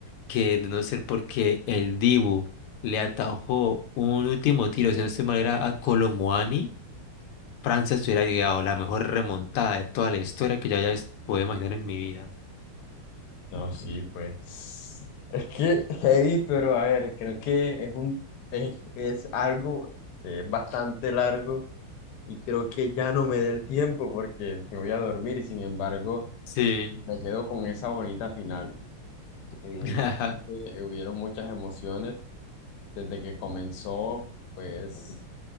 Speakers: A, on the left (about 85°); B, on the left (about 65°).
A: que de no ser porque el Dibu le atajó un último tiro, si no estoy mal, era a Colomuani, Francia se hubiera llegado la mejor remontada de toda la historia que yo haya podido imaginar en mi vida.
B: No, sí, pues. Es que heavy, pero a ver, creo que es un es, es algo eh, bastante largo y creo que ya no me da el tiempo porque me voy a dormir y sin embargo
A: Sí.
B: me quedo con esa bonita final. Evidentemente
A: <laughs>
B: eh, hubieron muchas emociones desde que comenzó, pues